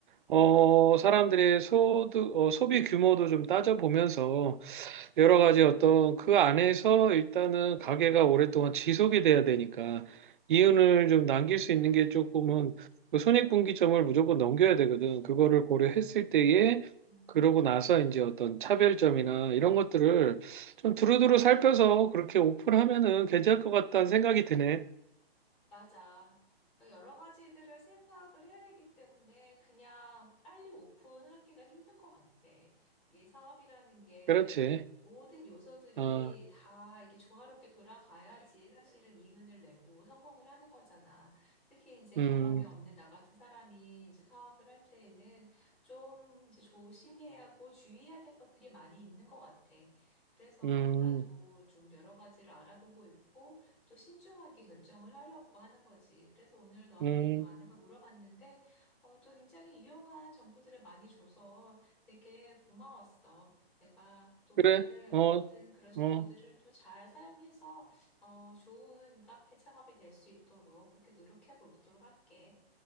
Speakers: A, on the right (about 55°); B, in the centre.
A: 어 사람들의 소득 어, 소비 규모도 좀 따져보면서 여러 가지 어떤 그 안에서 일단은 가게가 오랫동안 지속이 돼야 되니까 이윤을
B: 음.
A: 좀 남길 수 있는 게 조금은 그 손익분기점을 무조건 넘겨야 되거든. 그거를 고려했을 때에
B: 음.
A: 그러고 나서 이제 어떤 차별점이나 이런 것들을 좀 두루두루 살펴서 그렇게 오픈하면은 괜찮을 것 같다는 생각이 드네.
B: 맞아. 그러니까 여러 가지들을 생각을 해야 되기 때문에 그냥 빨리 오픈하기가 힘든 것 같아. 이게 사업이라는 게
A: 그렇지.
B: 모든 요소들이
A: 어,
B: 다 이렇게 조화롭게 돌아가야지 사실은 이윤을 내고 성공을 하는 거잖아. 특히 이제
A: 음,
B: 경험이 없는 나 같은 사람이 이제 사업을 할 때에는 좀 이제 조심해야 하고 주의해야 될 것들이 많이 있는 것 같아. 그래서
A: 음,
B: 나도 좀 여러 가지를 알아보고 있고 또 신중하게 결정을 하려고 하는 거지. 그래서 오늘 너한테도
A: 음,
B: 많은 걸 물어봤는데, 어, 또 굉장히 유용한 정보들을 많이 줘서 되게 고마웠어. 내가 또
A: 그래.
B: 오늘
A: 어,
B: 어, 얻은 그런 정보들을
A: 어,
B: 또 잘 사용해서 어, 좋은 카페 창업이 될 수 있도록 그렇게 노력해 보도록 할게.